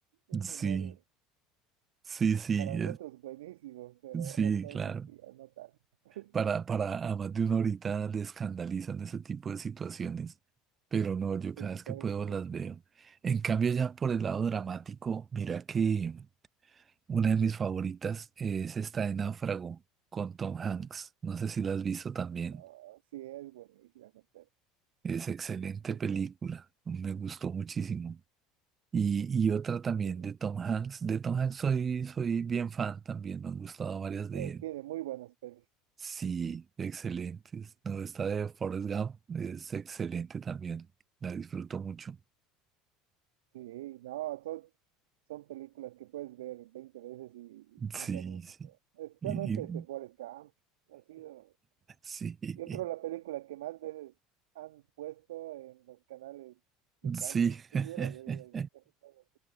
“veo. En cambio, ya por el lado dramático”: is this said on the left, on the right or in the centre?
Right